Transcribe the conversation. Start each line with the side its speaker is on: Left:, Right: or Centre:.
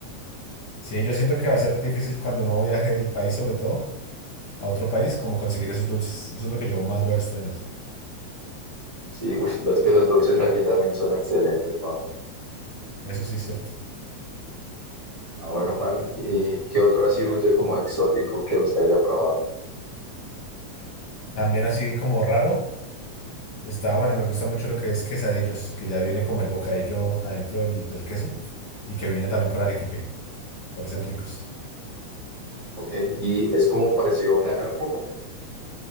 Left: Sí, yo siento que va a ser difícil cuando uno viaje del país, sobre todo a otro país, como conseguir esos dulces. Eso es lo que yo más voy a extrañar.
Right: Sí, uy, no, es que los dulces de aquí también son excelentes, pa.
Left: Eso sí es cierto.
Right: Ah, bueno, Juan, ¿qué, qué otro ha sido usted como exótico que usted haya probado?
Left: También así como raro, está, bueno, me gusta mucho lo que es quesadillos, que ya viene como el bocadillo adentro del, del queso y que viene también con arequipe. Parecen ricos.
Right: ¿Ok? Y es como parecido a un arco,